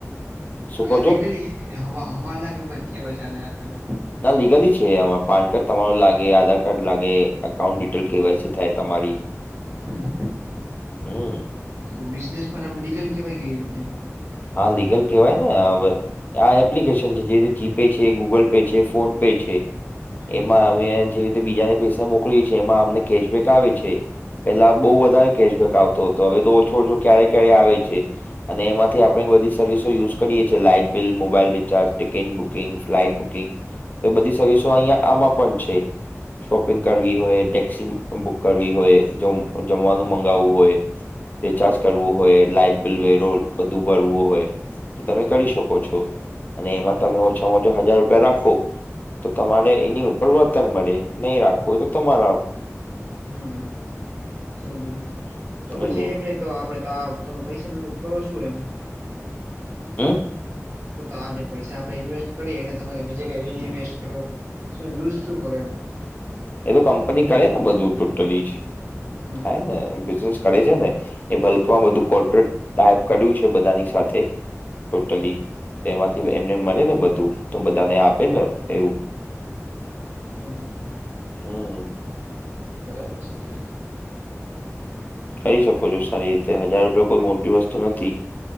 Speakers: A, on the left (about 35°); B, on the right (about 55°).
A: શું
B: અ
A: કહો છો
B: લીગલી હવા હવા લાગ એવું કઇ કેવાય છે આને આક ને.
A: ના લીગલી છે, આમાં પાન કાર્ડ તમારું લાગે આધાર કાર્ડ લાગે અકાઉન્ટ ડિટેલ કેવાય છે શાયદ થાય તમારી.
B: હમ્મ
A: હમ્મ
B: તો બિઝનેસ પણ આમ લીગલ કેવાય કઈ રીતે એમ.
A: હા, લીગલ કેવાય ને હવે. આ એપ્લિકેશન છે જે રીતે જીપે છે, ગુગલ પે છે, ફોન પે છે,
B: હમ
A: એમાં હવે. જેવી રીતે બીજાને પૈસા મોકલીયે છે એમાં અમને કેશબેક આવે છે. પેલા બઉ વધારે કેશબેક આવતો હતો હવે તો ઓછો-ઓછો ક્યારે-ક્યારે આવે છે, અને એમાં થી આપણે બધી સર્વિસો યુઝ કરીએ છે, light bill, mobile recharge, ticket booking, flight booking.
B: <unintelligible>
A: તો બધી સર્વિસો અહિયાં આમાં પણ છે. શોપિંગ કરવી હોય ટેક્સી મ બુક કરવી હોય જમ-જમવાનું મગાવવું હોય. રિચાર્જ
B: હમ
A: કરવું. હોય લાઈટ બિલ વેરો બધું ભરવું હોય તો તમે કરી શકો છો. અને
B: બરાબર
A: એમાં તમે
B: છે
A: ઓછામાં ઓછા હજાર રૂપિયા રાખો. તો તમારે એની ઉપર વળતર મળે નહીં રાખવું હોય તો તમારા ઉપ
B: હમ! સમજી ગ્યો તો પછી
A: એવું
B: એમને તો આપડે તાવ તમે પૈસાનું <unintelligible> શું એમ.
A: હમ!
B: તો તો આ જે પૈસા આપણે ઇન્વેસ્ટ કરીયે એને તમે બીજે કઈ રી ઇન્વેસ્ટ કરો શું યુઝ શું કરો એમ?
A: એ તો કંપની કરે ને બધું ટોટલી જ
B: હમ
A: થાય ને બિઝનેસ કરે છે ને. એ બલ્કમાં બધું કોર્પોરેટ ટાઈપ કર્યું છે બધાની સાથે. ટોટલી તેમાંથી એમને મળે ને બધું તો બધાને આપે ને એવું.
B: સમજી ગ્યો.
A: હમ.
B: બરાબર છે જ્યારે.
A: કરી શકો છો સારી રીતે હજાર રૂપિયા કોઈ મોટી વસ્તુ નથી.